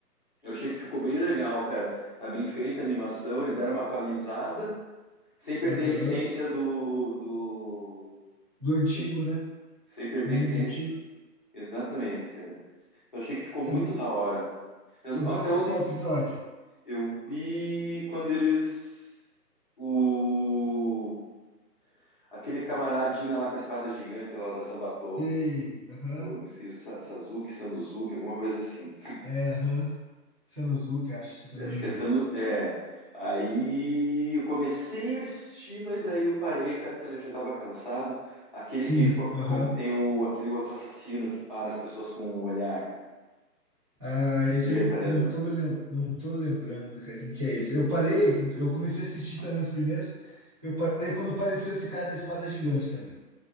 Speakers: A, on the left; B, on the right.
A: Eu achei que ficou bem legal, cara. Tá bem feita a animação, eles deram uma atualizada, sem perder
B: Aham.
A: a essência do, do...
B: Do antigo,
A: Sem,
B: né?
A: sem perder
B: Do anime
A: a essência.
B: antigo.
A: Exatamente, cara. Eu achei que ficou
B: Você
A: muito
B: viu,
A: da hora. Eu,
B: você viu
A: até
B: até
A: onde
B: qual
A: que
B: episódio?
A: eu vi quando eles o aquele camaradinha lá com a espada gigante lá da Zambatou,
B: Sei, aham.
A: ou eu me esqueci, o Sa- Sasuke, Sanuzuki, alguma coisa assim.
B: É, aham. Sanosuke, acho, se eu
A: Acho
B: não me
A: que
B: engano.
A: é Sanu- É. Aí eu comecei a assistir, mas daí eu parei, cara, quando eu já tava cansado. Aquele
B: Sim,
A: que co-
B: aham.
A: co- tem o, aquele outro assassino que para as pessoas com o olhar, cara.
B: Ah, isso
A: Aquele
B: eu
A: retalhador.
B: não, não tô me lem- não tô lembrando, cara, quem que é esse? Eu parei, eu comecei a assistir também os primeiros. Eu parei quando apareceu esse cara da espada gigante também.